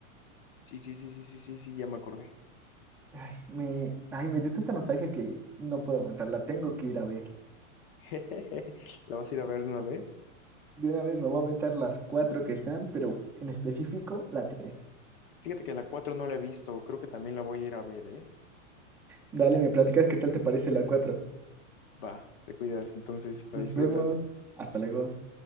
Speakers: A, on the left (about 45°); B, in the centre.
A: Sí, sí, sí, sí, sí, sí, sí, ya me acordé.
B: Ay, me, ay, me dio tanta nostalgia que no puedo aguantarla, tengo que ir a ver.
A: <laughs> ¿La vas a ir a ver de una vez?
B: De una vez me voy a aventar las cuatro que están, pero en específico la tres.
A: Fíjate que la 4 no la he visto. Creo que también la voy a ir a ver, ¿eh?
B: Dale, me platicas qué tal te parece la cuatro.
A: Va, te cuidas, entonces la
B: Nos
A: disfrutas.
B: vemos, hasta
A: Adiós.
B: luego.